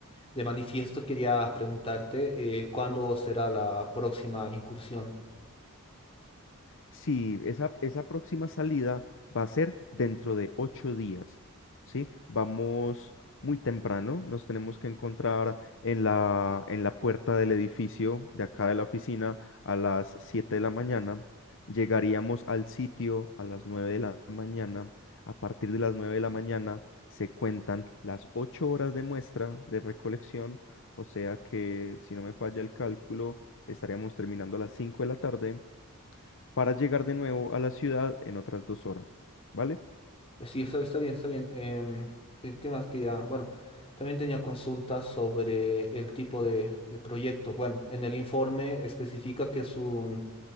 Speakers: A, on the left; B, on the left.
A: de manifiesto, quería preguntarte eh, ¿cuándo será la próxima incursión?
B: Sí, esa, esa próxima salida va a ser dentro de ocho días, ¿sí? Vamos muy temprano, nos tenemos que encontrar en la, en la puerta del edificio de acá de la oficina a las 7 de la mañana. Llegaríamos al sitio a las 9 de la mañana. A partir de las 9 de la mañana se cuentan las ocho horas de muestra de recolección, o sea que si no me falla el cálculo, estaríamos terminando a las 5 de la tarde para llegar de nuevo a la ciudad en otras dos horas, ¿vale?
A: Sí, está, está bien, está bien. Em, ¿qué qué más que ya? Bueno, también tenía consultas sobre el tipo de, de proyecto. Bueno, en el informe especifica que es un